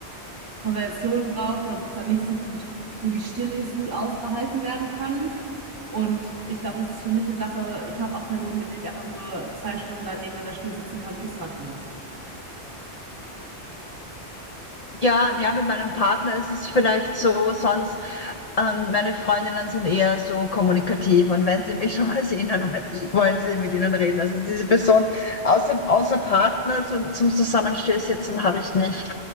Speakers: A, on the right; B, on the left.
A: Konversationen braucht oder wo es dann nicht so gut, so die Stille nicht so gut ausgehalten werden kann. Und ich glaube, das ist für mich eine Sache. Ich habe auch Personen, mit denen ich einfach nur zwei Stunden dann nebeneinander still sitzen kann und nichts machen muss.
B: Ja, ja, mit meinem Partner ist es vielleicht so, sonst ähm, meine Freundinnen sind eher so kommunikativ und wenn sie mich schon mal <laughs> sehen, dann wollen wollen sie mit ihnen reden. Also diese Person außer, außer Partner zum, zum Zusammenstehsitzen habe ich nicht.